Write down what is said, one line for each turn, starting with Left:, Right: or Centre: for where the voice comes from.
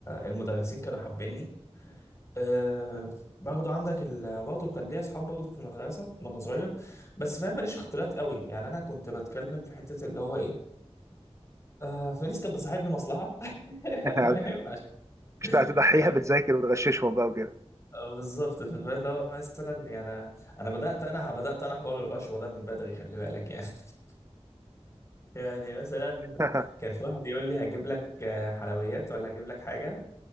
Left: المدرسين كانوا حابيني أه برضه عندك ال... برضه كان ليا اصحاب برضه في المدرسه وانا صغير بس فاهم ماليش اختلاط قوي يعني انا كنت بتكلم في حته اللي هو ايه آه، فلوس كانت بتصاحبني مصلحة <laughs>
Right: <laughs>
Left: فاهم عشان
Right: كنت هتضحيها
Left: يعني
Right: بتذاكر وتغششهم بقى وكده
Left: آه، بالظبط فاللي هو مثلا يعني انا بدأت انا بدأت انا حوار الرشوة ده من بدري خلي بالك يعني <laughs> يعني مثلا
Right: <laughs>
Left: كان في واحد يقول لي هجيب لك آه، حلويات ولا هجيب لك حاجة